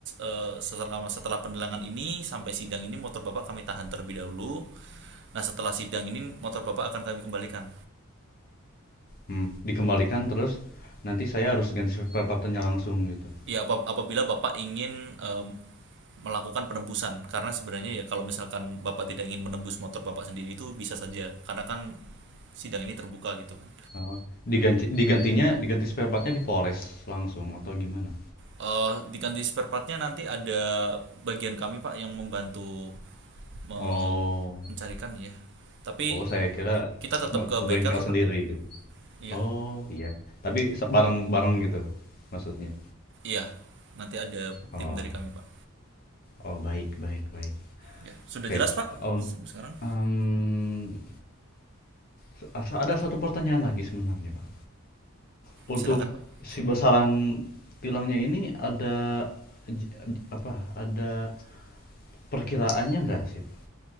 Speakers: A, on the right; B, on the left.
A: eh, selama setelah pendelangan ini sampai sidang ini motor Bapak kami tahan terlebih dahulu. Nah, setelah sidang ini motor Bapak akan kami kembalikan.
B: Hmm, dikembalikan terus nanti saya harus ganti spare partnya langsung gitu.
A: Ya apa- apabila Bapak ingin eh, melakukan penebusan karena sebenarnya ya kalau misalkan Bapak tidak ingin menebus motor Bapak sendiri itu bisa saja karena kan sidang ini terbuka gitu kan.
B: Apa? Diganti digantinya diganti spare partnya di Polres langsung atau gimana?
A: eh diganti spare partnya nanti ada bagian kami Pak yang membantu me-
B: Oh.
A: mencarikan ya. Tapi
B: Oh, saya kira
A: kita
B: se-
A: tetap ke
B: ke
A: bengkel
B: bengkel
A: sih
B: sendiri
A: Pak.
B: gitu.
A: Iya,
B: Oh, iya. Tapi se- bareng-bareng gitu maksudnya.
A: iya. Nanti ada
B: Oh.
A: tim dari kami Pak.
B: Oh, baik, baik, baik.
A: Ya, sudah
B: Oke.
A: jelas Pak.
B: Ke- un-
A: Sekarang
B: em, se- ada satu pertanyaan lagi sebenarnya, Pak. Untuk
A: silakan Pak.
B: si besaran tilangnya ini ada j- j- apa? Ada Perkiraannya enggak sih, Pak.